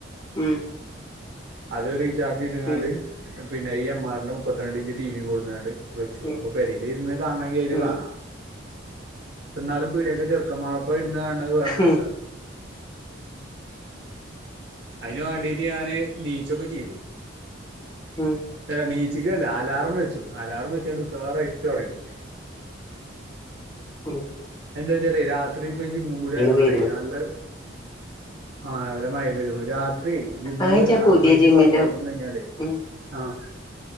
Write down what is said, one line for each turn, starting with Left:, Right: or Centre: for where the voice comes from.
Left: ഉം.
Right: അത് റീചാർജ് ചെയ്ത്ങ്ങാണ്ട്.
Left: ഉം
Right: പിന്നെ ഈ എം ആറിന്റെ മുപ്പത്തിരണ്ട് ഇഞ്ച് ടിവിയും കൊടുന്നാണ്ട്. വെച്ചു
Left: ഉം
Right: അപ്പൊ പേരയിൽ ഇരുന്ന് കാണമെങ്കിൽ അൽ
Left: ഉം
Right: കാണാം എന്നാലും പീടിയൊക്കെ ചെ <inaudible> മാളപ്പ ഇരുന്ന് കാണുന്നത് വേറെ
Left: ഉം
Right: രസമാണ് അതിന് വേണ്ടീട്ട് ഞാന് നീച്ചൊക്കെ ചെയ്തു
Left: ഉം.
Right: ഏാ നീച്ചിക്കല്ല അലാറം വെച്ചു അലാറം വെച്ചാണ്ട് ഉഷാറായിട്ട് ഉറങ്ങി.
Left: ഉം.
Right: എന്താച്ചാലെ രാത്രിപ്പോ ജിമ്മും കൂടി ആയത്
Left: പെയ്തത്
Right: കൊണ്ടേ നല്ല <unintelligible> രാത്രിയേ ജിം
Left: ആ ഇജ്ജ്
Right: നന്നായിട്ട്
Left: ആ പുതിയ ജിമ്മിന്റെ
Right: വർക്കഔട്ട്ന്ന് കഴിഞ്ഞാലേ
Left: ഉം
Right: ആഹ്